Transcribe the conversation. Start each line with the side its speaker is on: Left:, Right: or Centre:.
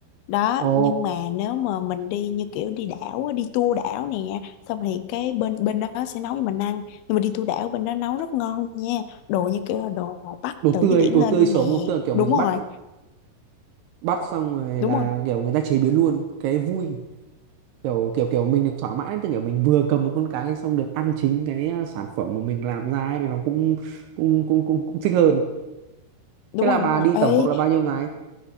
Left: đó
Right: ồ
Left: nhưng mà nếu mà mình đi như kiểu đi đảo á, đi tour đảo nè xong thì cái bên bên đó sẽ nấu cho mình ăn nhưng mà đi tour đảo bên đó nấu rất ngon nha đồ như kiểu là đồ bắt
Right: đồ
Left: từ
Right: tươi
Left: dưới biển
Right: đồ
Left: lên
Right: tươi
Left: luôn
Right: sống
Left: nè
Right: không tức là kiểu
Left: đúng
Right: mình
Left: rồi
Right: bắt bắt xong rồi
Left: đúng
Right: là
Left: rồi
Right: kiểu người ta chế biến luôn cái vui kiểu kiểu kiểu mình được thỏa mãn tức kiểu mình vừa cầm một con cái xong được ăn chính cái à, sản phẩm mà mình làm ra ấy, thì nó cũng cũng cũng cũng cũng thích hơn
Left: đúng
Right: thế là
Left: rồi
Right: bà
Left: đúng rồi
Right: đi
Left: ê
Right: tổng cộng là bao nhiêu ngày